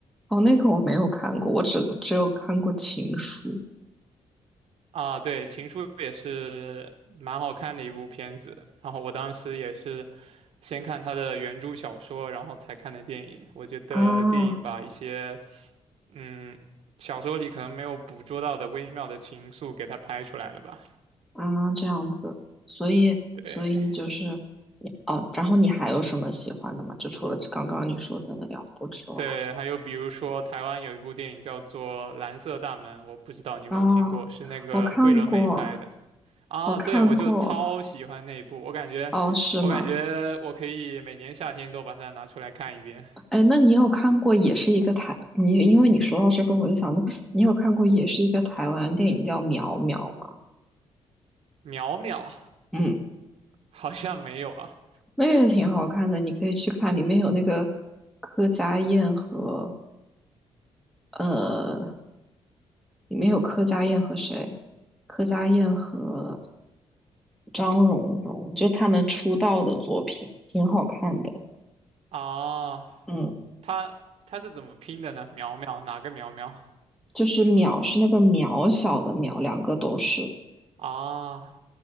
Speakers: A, in the centre; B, on the right.
A: 哦，那个我没有看过，我只只有看过《情书》。
B: 啊，对，《情书》也是蛮好看的一部片子，然后我当时也是先看他的原著小说，然后才看的电影。我觉得电影把一些。
A: 啊
B: 嗯，小说里可能没有捕捉到的微妙的情愫给它拍出来了吧？
A: 啊，这样子，所以所以就是你哦，
B: 对
A: 然后你还有什么喜欢的吗？就除了这刚刚你说的那两部之外，
B: 对，还有比如说台湾有一部电影叫做《蓝色大门》，我不知道你有没有听过，
A: 啊，
B: 是那个桂纶镁拍的
A: 我看过，
B: 啊。
A: 我看过，
B: 对，我就超喜欢那一部，我感觉我感觉我可以每年夏天都把它拿出来看一遍。
A: 哦，是吗？哎，那你有看过也是一个台，你因为你说到这个，我就想到你有看过也是一个台湾电影叫《苗苗》吗？
B: 苗苗
A: 嗯，
B: 好像没有啊
A: 那个也挺好看的，你可以去看，里面有那个柯佳燕和。呃。里面有柯佳燕和谁？柯佳燕和张荣荣，就是他们出道的作品，挺好看的。
B: 啊，
A: 嗯，
B: 它它是怎么拼的呢？苗苗哪个苗苗
A: 就是渺是那个渺小的渺，两个都是。
B: 啊？